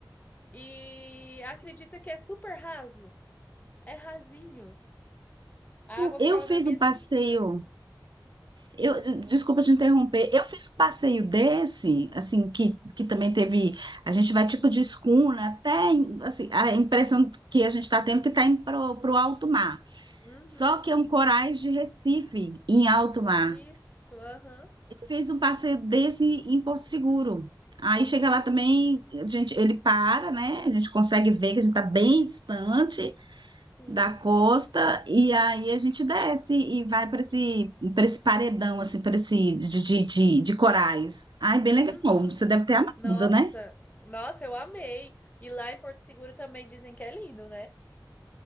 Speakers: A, on the left; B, on the right.
A: E acredita que é super raso. É rasinho. A água
B: Eu
A: ficava
B: fiz
A: na minha
B: um passeio.
A: cintura.
B: Eu, de- desculpa te interromper. Eu fiz um passeio desse, assim, que, que também teve. A gente vai tipo de escuna, até em- assim, a impressão que a gente está tendo é que está indo para o alto mar.
A: Uhum.
B: Só que é um corais de Recife, em alto mar.
A: Isso, aham.
B: Eu fiz um passeio desse em Porto Seguro. Aí chega
A: Hum,
B: lá também, a gente, ele para, né? A gente consegue ver que a gente está bem distante
A: sim.
B: da costa e aí a gente desce e vai para esse, para esse paredão, assim, para esse de, de, de, de corais. Ai, bem legal.
A: Uhum.
B: Você deve ter amado,
A: Nossa,
B: né?
A: nossa, eu amei. E lá em Porto Seguro também dizem que é lindo, né?